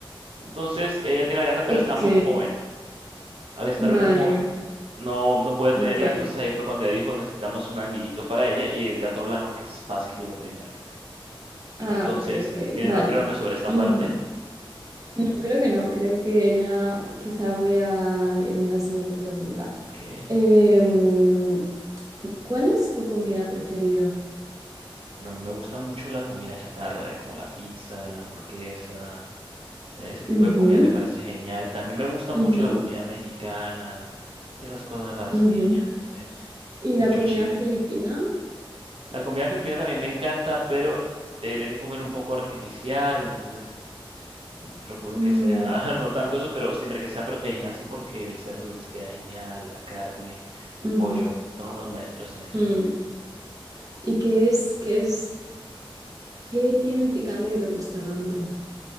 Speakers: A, on the right; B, on the right.
A: Entonces, ella tiene la gata, pero
B: Ok,
A: estaba muy joven. Al estar
B: vale,
A: muy joven, no, no podía tenerla,
B: ok.
A: entonces ahí fue cuando ella dijo, necesitamos un almiguito para ella y el gato blanco, que es Paz, que llegó primero.
B: Ah,
A: Entonces,
B: ok, ok,
A: eh, ¿tienes
B: vale.
A: más preguntas sobre esta
B: Ujú.
A: parte?
B: No, creo que no, creo que ya quizá voy a irme a la siguiente pregunta.
A: Ok.
B: Em, ¿cuál es tu comida preferida?
A: Bueno, a mí me gusta mucho la comida chatarra, eh, como la pizza, la hamburguesa, eh, ese tipo
B: Ujú,
A: de comida me parece genial. También me gusta mucho
B: ujú,
A: la comida mexicana, esas cosas me parecen
B: ujú.
A: geniales, ¿eh?
B: ¿Y
A: Mucho
B: la comida
A: chile.
B: filipina?
A: La comida filipina también me encanta, pero tendré que comer un poco artificial, entonces... Eh, Procuro
B: Mm,
A: que sea, <laughs> no tanto eso, pero siempre que sea proteína, sí, porque el cerdo les queda genial, la carne, el
B: ujú,
A: pollo, son unos maestros en eso.
B: mm. ¿Y qué es, qué es, qué tiene el picante que te gusta tanto?